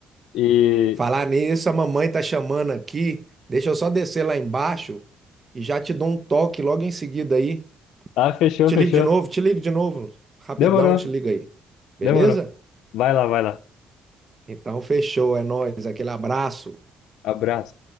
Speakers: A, on the left (about 90°); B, on the right (about 30°).
A: E.
B: Falar nisso, a mamãe tá chamando aqui. Deixa eu só descer lá embaixo e já te dou um toque logo em seguida aí.
A: Ah, fechou,
B: Te
A: fechou.
B: ligo de novo, te ligo de novo. Rapidão,
A: Demorou,
B: eu te ligo aí. Beleza?
A: demorou. Vai lá, vai lá.
B: Então, fechou, é nóis. Aquele abraço.
A: Abraço.